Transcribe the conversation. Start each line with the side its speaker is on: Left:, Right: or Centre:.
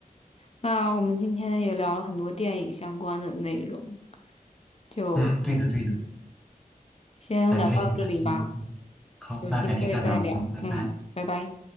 Left: 那我们今天也聊了很多电影相关的内容，就
Centre: 嗯，对的，对的。
Left: 先聊到这里吧，
Centre: 感觉挺开心。嗯，好，
Left: 有机会再聊。
Centre: 那改天再聊。嗯，拜拜。
Left: 嗯，拜拜。